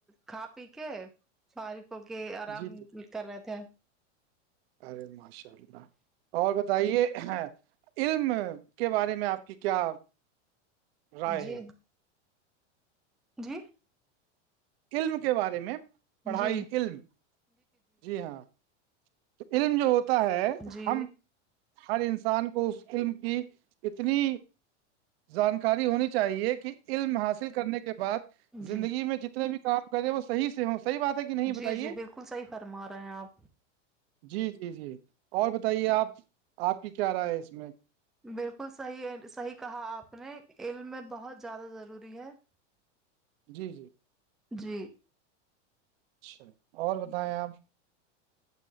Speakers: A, in the centre; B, on the right.
A: کھا پی کے ساری کو کے آرام
B: جی جی
A: کر رہے تھے
B: ارے ماشاء اللہ اور بتائیے ہ علم کے بارے میں آپ کی کیا رائے
A: جی
B: ہے
A: جی
B: علم کے بارے میں پڑھائی
A: جی
B: علم جی ہاں تو علم جو ہوتا ہے
A: جی
B: ہم ہر انسان کو اس فلم کی اتنی جانکاری ہونی چاہیے کہ علم حاصل کرنے کے بعد
A: جی
B: زندگی میں جتنے بھی کام کرے وہ صح سے ہو صح بات ہے کہ نہیں
A: جی
B: بتائیے
A: جی بالکل صحیح فرما رہے ہیں آپ
B: جی جی جی اور بتائیے آپ آپ کی کیا رائے ہے اس میں
A: بالکل صحیح صحیح کہا آپ نے علم میں بہت زیادہ ضروری ہے <inaudible>
B: جی جی
A: جی
B: اچھا اور بتائیں آپ